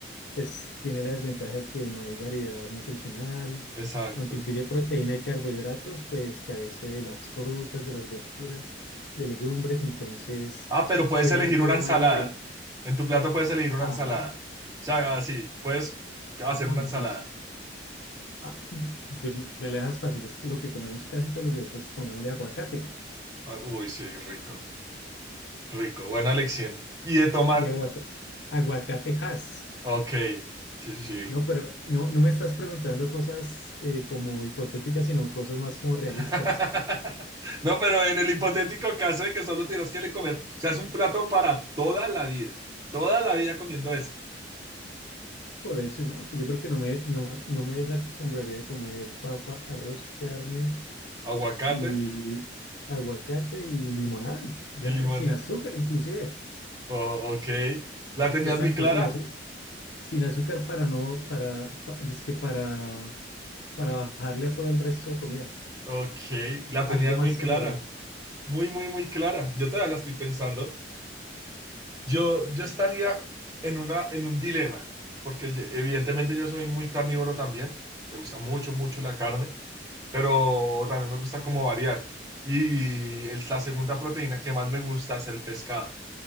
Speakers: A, on the left; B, on the right.
A: pues tiene la desventaja de que no hay variedad nutricional,
B: Exacto.
A: aunque incluye proteína y carbohidratos, pues carece de las frutas, de las verduras, de legumbres, entonces
B: Ah, pero puedes
A: puede
B: elegir
A: haber problemas
B: una ensalada.
A: de,
B: En tu plato puedes elegir
A: ah,
B: una ensalada. O sea, así, puedes hacer
A: ah, no,
B: una ensalada.
A: entonces, ah, pues me la dejas fácil, es que lo que comemos casi todos los días, entonces pongámosle aguacate.
B: Ah, Uy, sí, rico, rico. Buena elección. ¿Y de tomar?
A: Y aguaca- aguacatejas,
B: Ok, sí, sí, sí.
A: ¿no? Pero no, no me estás preguntando cosas eh, como hipotéticas, sino cosas más como realistas.
B: <laughs> No, pero en el hipotético caso de que solo tienes que le comer, o sea, es un plato para toda la vida. Toda la vida comiendo eso.
A: Por eso, ¿no? Pues Yo creo que no me, no, me no me desacostumbraría de comer papa, arroz, carne
B: Aguacate
A: y aguacate y limonada, ya,
B: y limón.
A: sin
B: ¿no?
A: azúcar inclusive.
B: Oh, ok. La tenías
A: Exacto,
B: muy clara.
A: sin azúcar. Sin azúcar para no, para, pa- es que para, para bajarle a todo el resto de comida.
B: Ok, la tenías
A: Algo más
B: muy
A: saludable.
B: clara. Muy, muy, muy clara. Yo todavía la estoy pensando. Yo, yo estaría en una, en un dilema, porque ye- evidentemente yo soy muy carnívoro también. Me gusta mucho, mucho la carne, pero también me gusta como variar. Y el- la segunda proteína que más me gusta es el pescado.